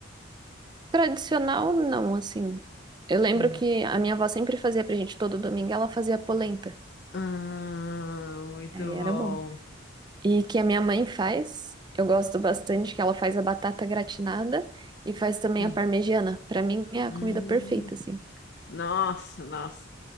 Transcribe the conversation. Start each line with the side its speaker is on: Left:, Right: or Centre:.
Right: Tradicional, não, assim. Eu lembro
Left: Hum.
Right: que a minha avó sempre fazia pra gente todo domingo, ela fazia polenta.
Left: Ah, muito
Right: Aí era
Left: bom.
Right: bom. e que a minha mãe faz. Eu gosto bastante que ela faz a batata gratinada e faz também
Left: Hum.
Right: a parmegiana. Pra mim é a
Left: Hum.
Right: comida perfeita, assim.
Left: Nossa, nossa.